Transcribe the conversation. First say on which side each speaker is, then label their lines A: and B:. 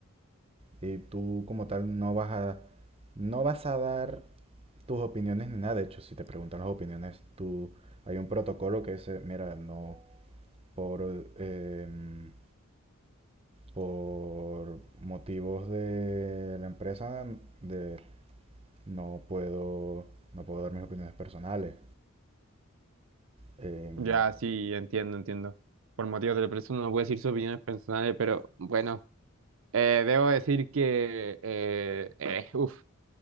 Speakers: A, on the right; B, on the right.
A: y tú como tal no vas a, no vas a dar tus opiniones ni nada. De hecho, si te preguntan las opiniones, tú, hay un protocolo que dice, mira, no, por... em, por motivos de la empresa de no puedo no puedo dar mis opiniones personales. Em,
B: Ya, sí, entiendo, entiendo. Por motivos de la persona no puedo decir sus opiniones personales, pero bueno. Eh, debo decir que, eh, eh, uf,